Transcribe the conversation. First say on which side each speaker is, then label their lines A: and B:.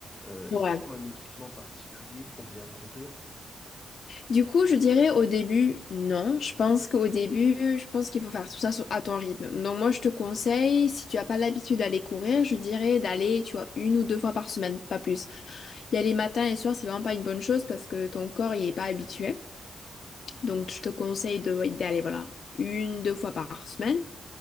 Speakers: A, on the left; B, on the left.
A: Euh, est-ce
B: Ouais.
A: qu'il faut un équipement particulier pour bien courir?
B: Du coup, je dirais au début, non. Je pense qu'au début, je pense qu'il faut faire tout ça sur- à ton rythme. Donc moi, je te conseille, si tu n'as pas l'habitude d'aller courir, je dirais d'aller, tu vois, une ou deux fois par semaine, pas plus. Y aller matin et soir, c'est vraiment pas une bonne chose parce que ton corps, il est pas habitué. Donc je te conseille de, d'aller, voilà, une, deux fois par semaine.